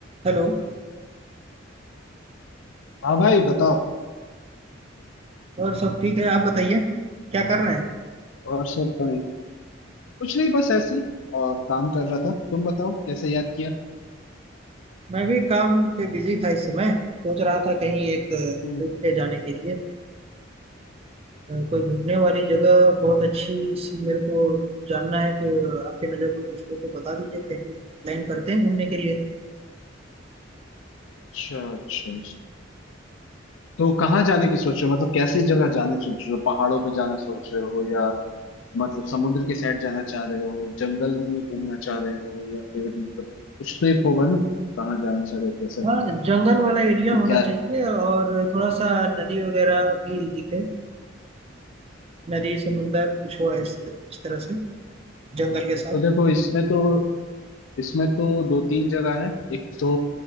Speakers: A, on the right (about 30°); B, on the left (about 75°).
A: Hello
B: हाँ भाई बताओ
A: और सब ठीक है आप बताइए क्या कर रहे हैं
B: और सब बढ़िया कुछ नहीं बस ऐसे ही और काम कर रहा था तुम बताओ कैसे याद किया
A: मैं भी काम पे बिजी था इस समय सोच रहा था कहीं एक ट्रिप
B: हम्म
A: पे जाने के लिए अ, कोई घूमने वाली जगह बहुत अच्छी सी मेरे को जानना है कि आपके नज़र में कुछ हो तो बता दीजिए कहीं प्लान करते हैं घूमने के लिए
B: अच्छा अच्छा तो कहाँ जाने की सोच रहे हो मतलब कैसे जगह जाने सोच रहे हो पहाड़ों पे जाना सोच रहे हो या मतलब समुद्र के साइड जाना चाह रहे हो जंगल में घूमना चाह रहे हो या फिर मतलब कुछ तो एक होगा ना कहाँ जाना चाह रहे हो कैसा
A: हाँ जंगल वाला एरिया
B: कि
A: होना
B: क्या
A: चाहिए और थोड़ा सा नदी वगैरह भी दिखे नदी समुंदर कुछ हो इस, इस तरह से जंगल के साथ
B: तो देखो इसमें तो इसमें तो दो तीन जगह है एक तो